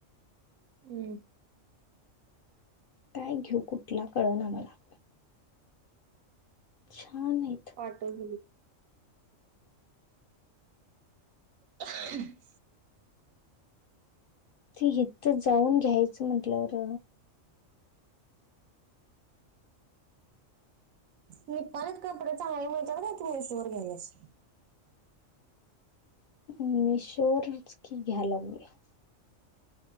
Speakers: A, on the right; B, on the left.
A: हम्.
B: काय घीऊ कुठला कळना मला. छानएत.
A: पाठवलेली. <unintelligible>
B: ती हिथ जाऊन घ्यायचं म्हंटलंर.
A: निपाणीत कपडे चांगली मिळत्यात काय तू मेसवर घ्यायलियास.
B: मिशो वरंनच की घ्या लागलोया.